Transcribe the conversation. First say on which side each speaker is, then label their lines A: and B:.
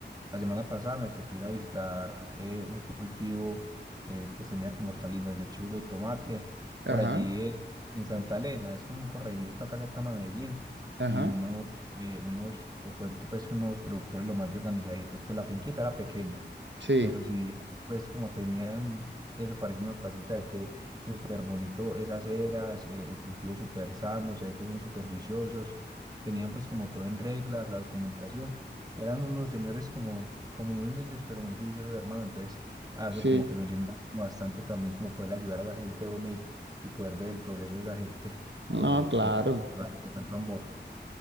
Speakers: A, on the right; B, on the right.
A: la semana pasada me tocó ir a visitar eh, un cultivo, eh, pues tenía como hortalizas, lechuga y tomate, por
B: Ajá,
A: allí eh, en Santa Elena, es como un corregimiento acá cercano a Medellín,
B: ajá,
A: y unos, eh, unos, te cuento pues que unos productores lo más de organizaditos, pues la finquita era pequeña,
B: sí,
A: pero si vieras, pues como tenían eso, parece una tacita de té súper bonito, esas eras, eh, el cultivo súper sano, se ve que son súper juiciosos, tenían pues como todo en regla, la documentación, eran unos señores como, como muy humildes, pero muy juiciosos, hermano, entonces a eso
B: sí,
A: como que lo llena bastante también, como poder ayudar a la gente, hombre, y, y poder ver el progreso de esa gente
B: no,
A: eh,
B: claro.
A: con, lo hace con tanto amor.